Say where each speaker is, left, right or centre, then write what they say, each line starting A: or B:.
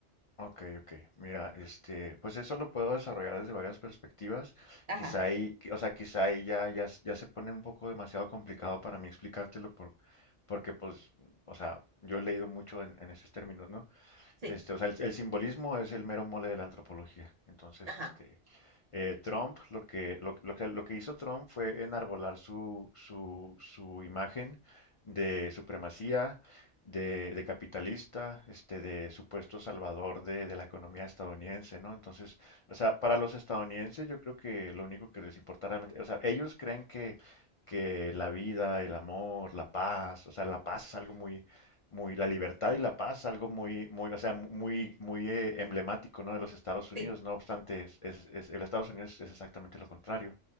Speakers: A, on the left; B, on the right.
A: Ok, ok. Mira, este, pues eso lo puedo desarrollar desde varias perspectivas.
B: Ajá.
A: Quizá ahí, qui- o sea, quizá ahí ya, ya, s- ya se pone un poco demasiado complicado para mí explicártelo por, porque pues, o sea, yo he leído mucho en, en esos términos, ¿no?
B: Sí,
A: Este, o sea, el, el simbolismo es el mero mole de la antropología. Entonces,
B: ajá,
A: este, eh, Trump, lo que, lo, lo que, lo que hizo Trump fue enarbolar su, su, su imagen de supremacía, de, de capitalista, este, de supuesto salvador de, de la economía estadounidense, ¿no? Entonces, o sea, para los estadounidenses yo creo que lo único que les importa realmente, o sea, ellos creen que, que la vida, el amor, la paz, o sea, la paz es algo muy, muy la libertad y la paz, algo muy, muy, o sea, muy, muy eh, emblemático, ¿no? de los Estados Unidos.
B: sí,
A: No obstante, es, es- es- el Estados Unidos es exactamente lo contrario.